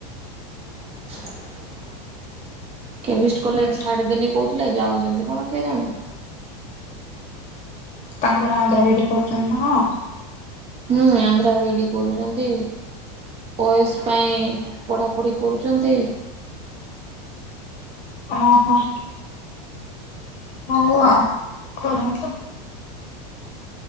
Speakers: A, on the right; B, on the left.
A: <inaudible> କେମିଷ୍ଟ କଲେଜ
B: ହୁଁ।
A: ଛାଡ଼ିଦେଲି କହୁଥିଲେ ଯାଉଛନ୍ତି କଣ କେ ଜାଣି?
B: ତାଙ୍କର ଆନ୍ଧ୍ର ବିଡି଼ କରୁଛନ୍ତି ନା କଣ?
A: ହୁଁ, ଆନ୍ଧ୍ର ବିଡି଼ କରୁଛନ୍ତି। ଓ ଏସ୍ ପାଇଁ ପଢ଼ାପଢ଼ି କରୁଛନ୍ତି।
B: ଓହୋ। ହଉ ଆଉ କରନ୍ତୁ।